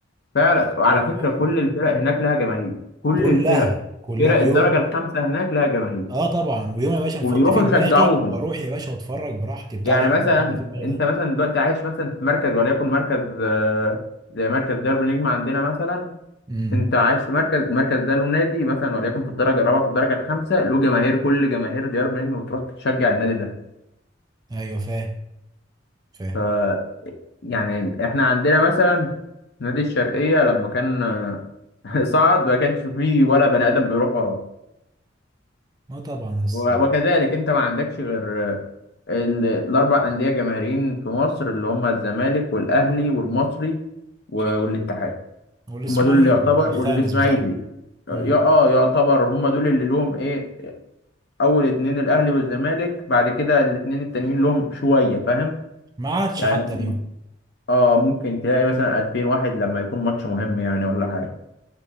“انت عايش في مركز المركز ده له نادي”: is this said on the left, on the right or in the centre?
Left